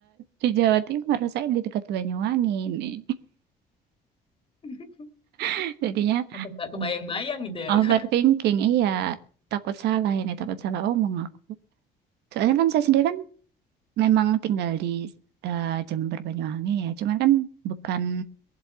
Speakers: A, on the right; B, on the left.
A: di Jawa Timur saya di dekat Banyuwangi nih
B: <laughs>
A: <laughs> jadinya
B: Apa nggak kebayang-bayang gitu ya
A: overthinking
B: Kak?
A: iya takut salah ini takut salah omong aku soalnya kan saya sendiri kan memang tinggal di eh, Jember Banyuwangi ya cuman kan bukan